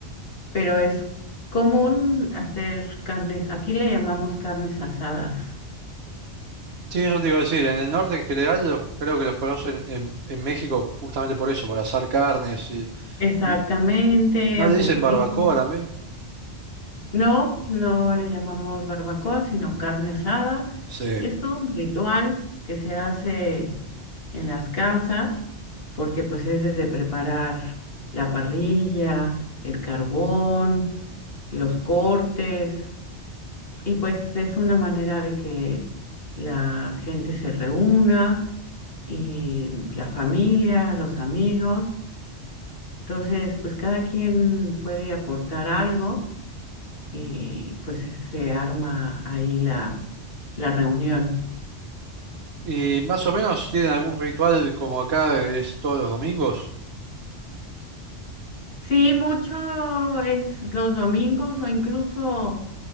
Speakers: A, on the left; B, on the right.
A: pero es común hacer carnes, aquí le llamamos carnes asadas.
B: Sí, eso te iba a decir, en el norte en general los- creo que los conocen en, en México justamente por eso, por asar carnes y...
A: Exactamente,
B: n- ¿No
A: hamburguesas.
B: le dicen barbacoa también?
A: No, no le llamamos barbacoa, sino carne asada.
B: Sí.
A: Y es todo un ritual que se hace en las casas, porque pues es desde preparar la parrilla, el carbón, los cortes, y pues es una manera de que la gente se reúna y la familia, los amigos. Entonces, pues cada quien puede aportar algo y pues sí se arma ahí la, la reunión.
B: ¿Y más o menos tienen algún ritual como acá eh, es todos los domingos?
A: Sí, mucho es los domingos o incluso